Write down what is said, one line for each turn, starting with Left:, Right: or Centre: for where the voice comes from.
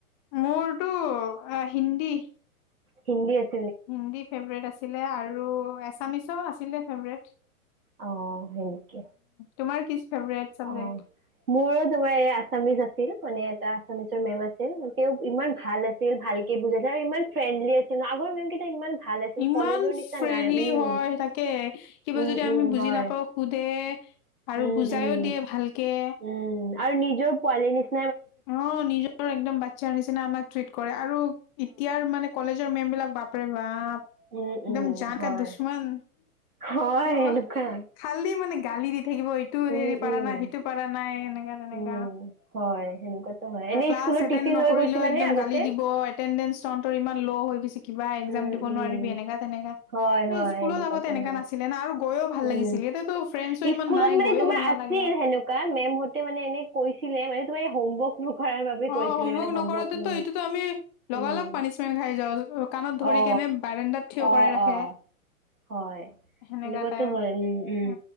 Left: মোৰতো হিন্দী।
Right: হিন্দী আছ
Left: হিন্দী ফেভৰেট আছিলে আৰু এছামিছো আছিলে ফেভৰেট।
Right: অ হয় নেকি
Left: তোমাৰ কি ফেভৰেট চাবজেক্ট?
Right: অ মোৰো তোমাৰ এই আছামিজ আছিল মানে এটা আছামিছৰ মেম আছিল, তেওঁ ইমান ভাল আছিল ভাল ভালকে বুজাইছে আৰু ইমান ফ্ৰেণ্ডলি আছিল ন আগ ইমান কেইটা ইমান ভাল আছিল,
Left: ইমান
Right: কলেজৰ নিচিনা
Left: ফ্ৰেণ্ডলি
Right: নাই উম',
Left: হয় তাকে কিবা
Right: উম'-উম',
Left: যদি আমি বুজি
Right: হয়।
Left: নাপাওঁ সোধে আৰু
Right: উম
Left: বুজাইও
Right: উম
Left: দিয়ে ভালকে।
Right: উম আৰু নিজৰ পোৱালি নিচিনা।
Left: অঁ নিজৰ একদম বাচ্ছাৰ নিচিনা আমাক ট্ৰিট কৰে আৰু এতিয়াৰ মানে কলেজৰ মেম বিলাক বাপৰে বাপ
Right: উম
Left: একদম
Right: উম
Left: জতে
Right: হয়
Left: দুশ্মন
Right: হয় উম উম হয় হয় এনেকুৱা
Left: অঁ খালি মানে গালি দি থাকিব ইটো
Right: উম
Left: হেৰি পাৰা
Right: উম
Left: নাই সেইটো পাৰা নাই এনেকা তেনেকা
Right: উম হয় সেনেকুৱাতো হয়
Left: <unintelligible>
Right: এনেই
Left: কালচ্
Right: স্কুলত
Left: এটেন
Right: টিফিন
Left: নকৰিলো
Right: লৈ গৈছিলানে
Left: একদম
Right: আগতে
Left: গালি দিব এটেন্ডেন্ট চৰ ইমান ল হৈ গৈছে। কিবা এক্জাম
Right: উম
Left: দিব
Right: উম
Left: নোৱাৰিবি এনেকা তেনেকা
Right: হয় হয়
Left: স্কুলত
Right: এনেকুৱাতো
Left: আগতে এনেককা
Right: হয়
Left: নাছিলে না আৰু গৈও ভাল
Right: উম
Left: লাগিছিল এতিয়াতো ফ্ৰেণ্ডছো ইমান
Right: স্কুলত
Left: নাই
Right: মানে
Left: গৈও
Right: তোমাৰ
Left: ভাল নালাগে
Right: আছিল সেনেকুৱা মেমহতে মানে এনে কৈছিল। আছিলে মে তোমাৰ হোমৱৰ্ <unintelligible> কৰাৰ বাবে
Left: অ
Right: কৈছিলে
Left: হোমৱৰ্ক
Right: মানে হমৰ্ক
Left: নকৰাতেতো
Right: উ
Left: এইটোতো আমি লগালগ
Right: উম
Left: পানিচমেন্ট খাই যাওঁ কাণত ধৰি
Right: অ।
Left: কেনে বাৰাণ্ডাত থিয়
Right: অঁ
Left: কৰাই ৰাখে
Right: অঁ হয়
Left: সেনেকা
Right: এনেকুৱা।
Left: টাইপ
Right: হয় উম উম
Left: অ